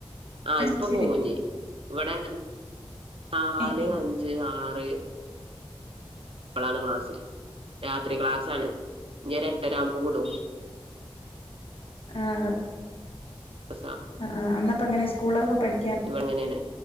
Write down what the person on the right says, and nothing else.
ആഹ്
ഇപ്പൊ
പോവുംഞ്. ഇവടെ നാല്
അഞ്ച് ആറ് ഇപ്പളാണ് ക്ലാസ് രാത്രി ക്ലാസാണ് ഇഞ്ഞൊര് എട്ടരാവുമ്പോ വുടും.
അസാ
ഇവടെ ഇങ്ങനേണ്